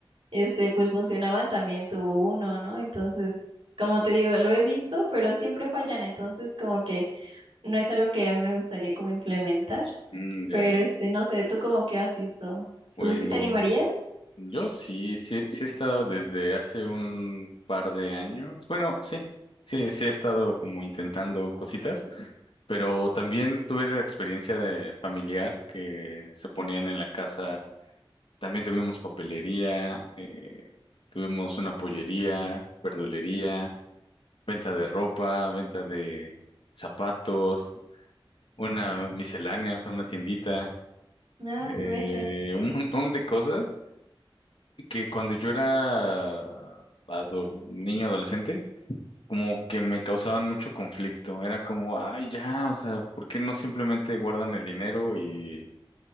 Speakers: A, on the right (about 85°); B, on the left (about 70°).
A: este, pues funcionaban, también tuvo uno, ¿no? Entonces, como te digo, lo he visto, pero siempre fallan, entonces como que no es algo que a mí me gustaría como implementar,
B: Mm,
A: pero
B: ya, ya.
A: este, no sé, ¿tú como que has visto?
B: Pues
A: ¿Tú sí te animarías?
B: yo sí, sí, sí he estado desde hace un par de años. Bueno, sí, sí, sí he estado como intentando cositas. Pero también tuve la experiencia de familiar que se ponían en la casa. También tuvimos papelería, eh, tuvimos una pollería, verdulería, venta de ropa, venta de zapatos, una miscelánea, o sea, una tiendita,
A: Ah,
B: eh,
A: su mecha.
B: un montón de cosas que cuando yo era ado- niño adolescente, como que me causaban mucho conflicto. Era como, ay, ya, o sea, ¿por qué no simplemente guardan el dinero y